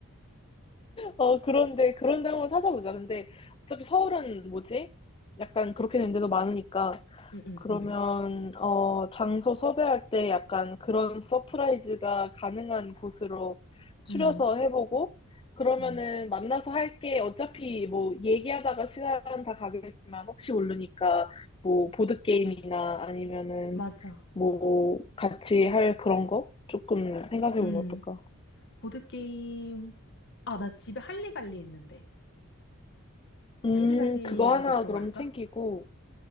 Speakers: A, on the left; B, on the left.
A: 어 그런데 그런데 한번 찾아보자. 근데 어차피 서울은 뭐지? 약간 그렇게 된 데도 많으니까
B: 응, 응,
A: 그러면
B: 응.
A: 어 장소 섭외할 때 약간 그런 서프라이즈가 가능한 곳으로 추려서
B: 응,
A: 해보고 그러면은
B: 응.
A: 만나서 할 게 어차피 뭐 얘기하다가 시간 다 가겠지만 혹시 모르니까 뭐 보드 게임이나 아니면은
B: 맞아.
A: 뭐 같이 할 그런 거 조금 생각해보면
B: 응.
A: 어떨까?
B: 보드게임. 아, 나 집에 할리갈리 있는데.
A: 음,
B: 할리갈리라도
A: 그거 하나
B: 들어갈까?
A: 그럼 챙기고,